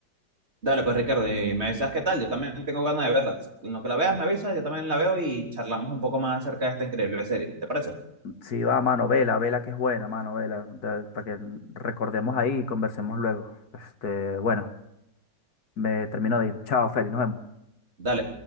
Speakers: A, on the right; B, on the left.
A: Dale, pues Ricardo, y me avisas qué tal, yo también tengo ganas de verla. En lo que la veas, me avisas, yo también la veo y charlamos un poco más acerca de esta increíble serie, ¿te parece?
B: Sí, va, mano, vela, vela que es buena, mano, vela, da- para que recordemos ahí y conversemos luego. Este, bueno, me termino de ir. Chao, Feli, nos vemos.
A: Dale.